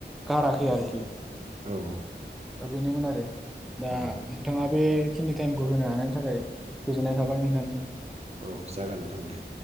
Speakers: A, in the centre; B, on the right.
A: गारा खै आरोखि
B: औ औ
A: दा बेनोमोन आरो दा
B: औ
A: नोंथाङा बेखिनि टाइमखौ होनो हानायनि थाखाय गोजोननाय थाबाय नोंथांसिम।
B: औ जागोन नोंथां दे।